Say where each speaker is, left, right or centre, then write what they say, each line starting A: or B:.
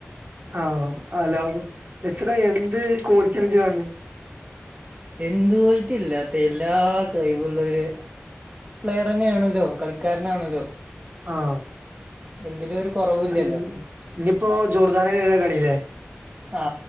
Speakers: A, on the right (about 50°); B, on the right (about 30°).
A: ആ അ ലൗ മെസ്സീടെ എന്ത് കോളിറ്റിയാ ജ്ജ് കാണ്
B: എന്ത് കോള്ട്ട്യാഇല്ലാത്തത് എല്ലാ കഴിവുള്ളൊര് പ്ലെയർന്നേണല്ലോ കളിക്കാരനാണല്ലോ
A: ആ
B: എന്തിലും ഒരു കൊറവുല്ലല്ലോ
A: ഇഞിപ്പോ ജോർദാനിതിരെ കളില്ലേ
B: ആ